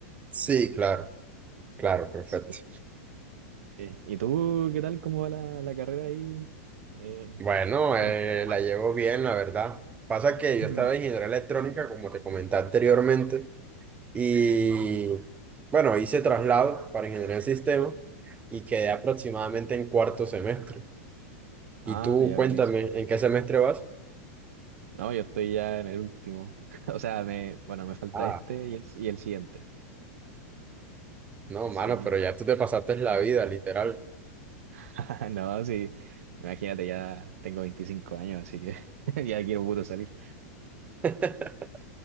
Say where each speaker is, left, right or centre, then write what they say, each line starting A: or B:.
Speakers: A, on the right (about 20°); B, on the right (about 75°).
A: Sí, claro, claro, perfecto.
B: Sí. Sí. ¿Y tú qué tal? ¿Cómo va la, la carrera ahí? Eh,
A: Bueno, eh,
B: ¿cuál- cuál-
A: la llevo bien, la verdad. Pasa que
B: <clears throat>
A: yo estaba en ingeniería electrónica, como te comenté anteriormente, y bueno, hice traslado para ingeniería de sistema y quedé aproximadamente en cuarto semestre. Y
B: Ah,
A: tú,
B: ya,
A: cuéntame,
B: buenísimo.
A: ¿en qué semestre vas?
B: No, yo estoy ya en el último. <laughs> O sea, me, bueno, me falta
A: Ah,
B: este y el, y el siguiente.
A: no, mano,
B: Sí.
A: pero ya tú te pasaste la vida, literal.
B: <laughs> No, sí. Imagínate, ya tengo 25 años, así que <laughs> ya quiero puro salir.
A: <laughs>